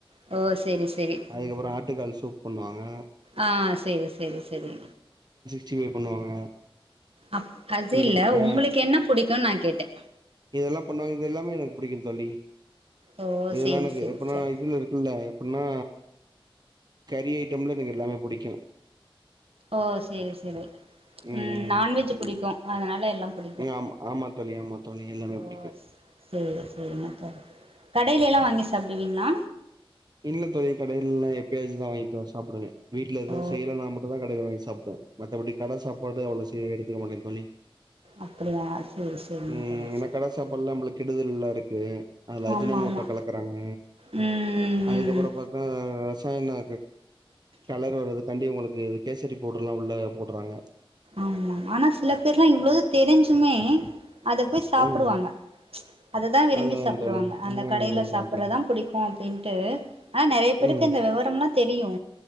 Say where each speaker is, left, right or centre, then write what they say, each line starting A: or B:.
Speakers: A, on the right (about 80°); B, on the right (about 45°).
A: ஓ செரி செரி
B: அதுக்கப்புறோ ஆட்டுக்கால் சூப் பண்ணுவாங்க
A: ஆ செரி செரி செரி
B: சி பண்ணுவாங்க
A: அப் அதுல்ல
B: இதெல்லா ஆ
A: ஒங்களுக்கு என்ன புடிக்குன்னு நா கேட்டே
B: இதெல்லா பண்ணுவாங்க இது எல்லாமே எனக்கு பிடிக்கு தொழி
A: ஓ
B: இதெல்லா
A: சேரி
B: எனக்கு
A: சேரி
B: எப்பனா
A: சரி
B: இதுல இருக்குல்ல எப்ன்னா கரி ஐட்டம்ல எனக்கு எல்லாமே பிடிக்கு
A: ஓ செரி செரி
B: ம்
A: உம் நான்வெஜ் புடிக்கு அதனால எல்லா புடிக்கு
B: ம் ஆமா ஆமா தோழி ஆமா தோழி எல்லாமே
A: ஓ
B: புடிக்கு
A: சேரி சேரிங்க சார் கடையில எல்லா வாங்கி சாப்டுவீங்களா
B: இல்லீங்க தோழி கடைல்லா எப்பயாச்சுதா வாங்கி தா சாப்புடுவே வீட்ல எதவு
A: ஓ
B: செய்யலனா மட்டுந்தா கடையில வாங்கி சாப் புடுவே மத்தபடி கட சாப்பாடு அவ்ளோ செய் எடுத்துக்க மாட்டே தோழி
A: அப்புடியா செரி செரிங்க
B: ம்
A: தோழர்
B: ஏன்னா
A: செரிங்க
B: கட சாப்பாடுலா
A: தோழர்
B: நம்மளுக்கு கெடுதல்லா இருக்கு அதுல அஜினோ
A: ஆமா
B: மோட்டோ
A: ஆமா
B: கலக்குறாங்க
A: ம் ம்
B: அதுக்கப்புறோ
A: ம்
B: பாத்தா ரசாயனோ கலர் வருது காண்டி உங்குளுக் கு கேசரி பவுடரு எல்லா உள்ள போட்றாங்க
A: ஆமா ஆனா சில பேர்லா இவ்ளோது தெரிஞ்சுமே அத போய் சாப்புடுவாங்க
B: ம்
A: அததா விரும்பி
B: அதா
A: சாப்புடுவாங்க
B: தோழி
A: அந்த
B: ஆ
A: கடையில
B: அதா
A: சாப்புட்றதா
B: தோழி
A: பிடிக்கோ அப்டீன்ட்டு ஆனா நறைய பேருக்கு
B: ம்
A: இந்த விவரம்லா தெரியு